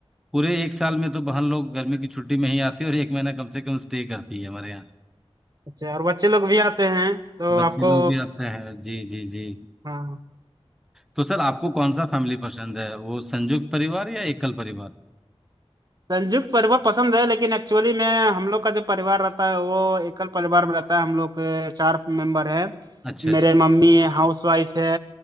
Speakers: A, in the centre; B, on the right.
A: पूरे एक साल में तो बहन लोग गर्मी की छुट्टी में ही आती है और एक महीना कम से कम स्टे करती है हमारे यहाँ
B: अच्छा और बच्चे लोग भी आते हैं तो
A: बच्चे
B: आपको
A: लोग भी आते हैं जी जी जी
B: हाँ
A: तो सर आपको कौन सा फैमिली पसंद है वो संयुक्त परिवार या एकल परिवार
B: संयुक्त परिवार पसंद है लेकिन एक्चुअली में हम लोग का जो परिवार रहता है वो एकल परिवार में रहता है हम लोग अ, चार मेंबर हैं
A: अच्छा अच्छा
B: मेरे मम्मी हाउस वाइफ है